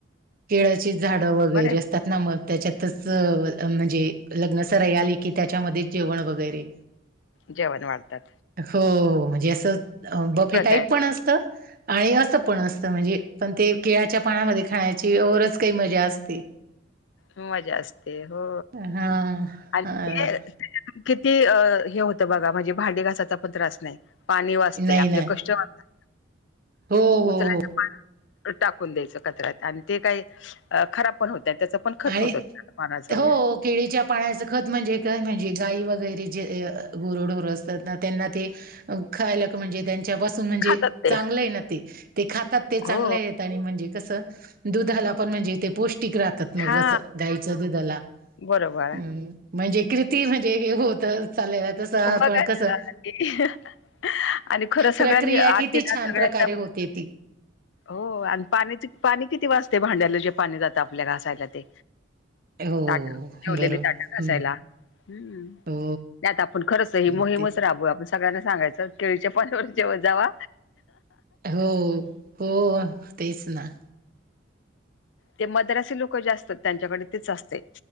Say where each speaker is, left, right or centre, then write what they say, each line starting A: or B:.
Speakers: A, on the right; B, on the left.
A: केळाची झाडं वैगरे
B: बर आहे
A: असतात ना मग त्याच्यातच म्हणजे लग्न सराई आली की त्याच्यामध्येच जेवण वगैरे
B: जेवण वाढतात
A: हो, म्हणजे असं अ बफे
B: प्रथा
A: टाईप
B: आहे
A: पण असतं आणि असं पण असतं म्हणजे पण ते केळ्याच्या पानामध्ये खाण्याची औरचं काही मजा असते.
B: मजा असते हो
A: हां,
B: आणि
A: हां.
B: ते किती अ हे होतंय बघा म्हणजे भांडी घासायचा पण त्रास नाही. पाणी वाचतंय,
A: नाही,
B: आपले
A: नाही.
B: कष्ट वाचतात.
A: हो, हो,
B: उचलायचं
A: हो.
B: पण टाकून द्यायचं कचऱ्यात आणि ते काही अ खराब पण होतंय. आणि त्याच पण खत
A: आहीत
B: होत पानाचं
A: हो.
B: वगैरे
A: केळीच्या पाण्याचं खत म्हणजे काय म्हणजे गाई वगैरे जे अ गुरढोर असतात ना त्यांना ते खायला म्हणजे त्यांच्यापासून म्हणजे
B: खातात ते
A: चांगलंय ना, ते ते खातात ते चांगलं
B: हो
A: हाय. आणि म्हणजे कसं दुधाला पण म्हणजे ते पौष्टिक राहतात. मग
B: हा
A: असं धायचं दुधाला
B: बरोबर
A: हम म्हणजे कृती म्हणजे हे होतं चालल्यात तसं
B: बघा
A: पण कसं,
B: ना ते आणि खरं
A: प्रक्रिया
B: सगळ्यांनी आठ
A: किती
B: सगळ्यांचा
A: छान प्रकारे होते ती. <inaudible>
B: हो, हो आणि पाणीची पाणी किती वाचतंय भांड्याला जे पाणी जातं आपल्या घासायला ते.
A: हो
B: ताटा जेवलेली
A: बरो हम्म
B: ताट घासायला. हम्म.
A: हो
B: ते आता पण खरंच ही
A: हो
B: मोहीमच
A: ते
B: राबवुया आपण. सगळ्यांना सांगायचं केळीच्या पाण्यावर जेवत जावा.
A: हो, हो तेच ना.
B: जे मद्रासी लोक जे असतात त्यांच्याकडे तेच असतंय.